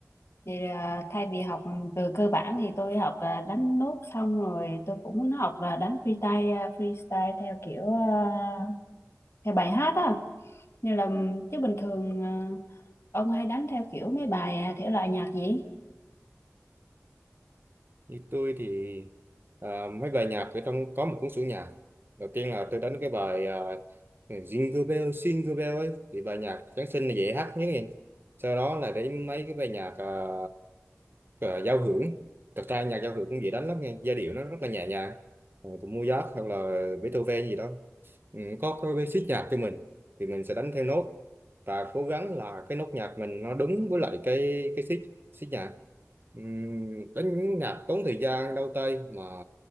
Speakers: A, on the left (about 55°); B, on the right (about 45°).
A: thì à, thay vì học từ cơ bản thì tôi học à, đánh nốt xong rồi tôi cũng muốn học là đánh freestyle à, freestyle theo kiểu à, theo bài hát á như là chứ bình thường à, ông hay đánh theo kiểu mấy bài à, thể loại nhạc gì
B: Như tôi thì à, mấy bài nhạc ở trong có một cuốn sổ nhạc. Đầu tiên là tôi đánh cái bài à, Jingle Bell, Jingle Bell ấy thì bài nhạc Giáng sinh là dễ hát nhất nè. Sau đó là đến mấy cái bài nhạc ờ, ờ, giao hưởng thật ra nhạc giao hưởng cũng dễ đánh lắm nha giai điệu nó rất là nhẹ nhàng Ờ, của Mozart hoặc là Beethoven gì đó ừ, có có basic nhạc cho mình thì mình sẽ đánh theo nốt và cố gắng là cái nốt nhạc mình nó đúng với lại cái cái xích xích nhạc Ừm, đánh nhạc tốn thời gian đau tay mà